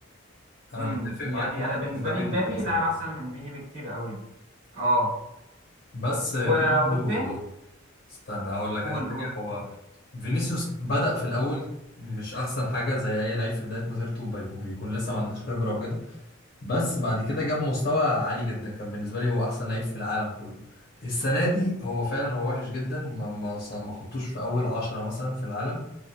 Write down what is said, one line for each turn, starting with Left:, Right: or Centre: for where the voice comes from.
Left: انا
Right: امم
Left: متفق معاك
Right: يعني
Left: في نقطة
Right: انا بالنسبه
Left: امبابي
Right: لي مبابي
Left: دي بالذات
Right: لاعب احسن من فيني بكتير قوي اه
Left: بس آه،
Right: و...
Left: برضو
Right: والتاني
Left: استنى هقول لك
Right: قول
Left: انا حاجة
Right: قول
Left: هو فينيسيوس بدأ في الاول مش احسن حاجة زي اي لعيب في بداية مسيرته بيكون بيكون لسه ما عندوش خبرة وكده بس بعد كده جاب مستوى عالي جدا كان بالنسبة لي هو احسن لعيب في العالم كله السنة دي هو فعلا هو وحش جدا ما ما ما حطوش في اول عشرة مثلا في العالم